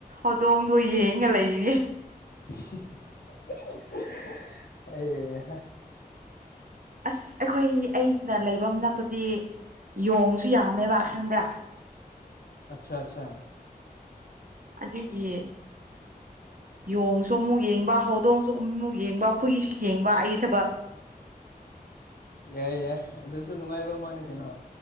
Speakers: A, on the right (about 60°); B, on the left (about 85°).
A: ꯍꯧꯗꯣꯡꯗꯣ ꯌꯦꯡꯉ ꯂꯩꯔꯤꯅꯦ
B: <unintelligible> ꯑꯩ ꯍꯥ
A: ꯑꯁ ꯑꯩꯈꯣꯏ ꯑꯩꯅ ꯂꯩꯕ ꯃꯅꯥꯛꯇꯗꯤ ꯌꯣꯡꯁꯨ ꯌꯥꯝꯃꯦꯕ ꯈꯪꯕ꯭ꯔꯥ
B: ꯑꯁꯥ ꯁꯥ
A: ꯑꯗꯨꯒꯤ ꯌꯣꯡꯁꯨ ꯑꯃꯨꯛ ꯌꯦꯡꯕ ꯍꯧꯗꯣꯡꯁꯨ ꯑꯃꯨꯛ ꯌꯦꯡꯕ ꯍꯨꯢꯁꯨ ꯌꯦꯡꯕ ꯑꯩꯒꯤ ꯊꯕꯛ
B: ꯌꯥꯏ ꯌꯥꯏ ꯑꯗꯨꯁꯨ ꯅꯨꯡꯉꯥꯏꯕ ꯑꯃꯥꯅꯤ ꯀꯩꯅꯣ